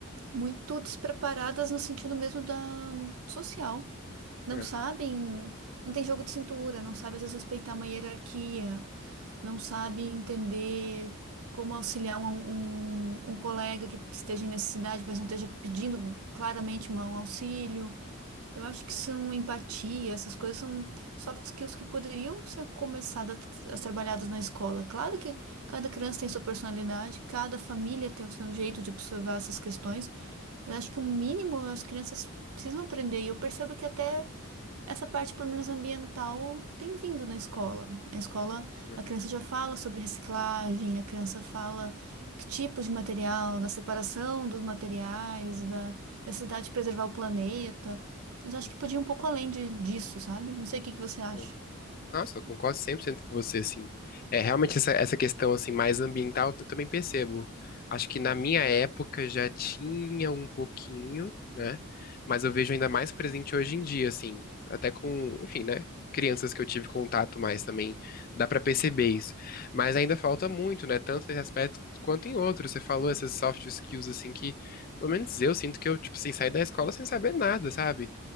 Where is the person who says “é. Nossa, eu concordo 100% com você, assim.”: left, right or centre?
Left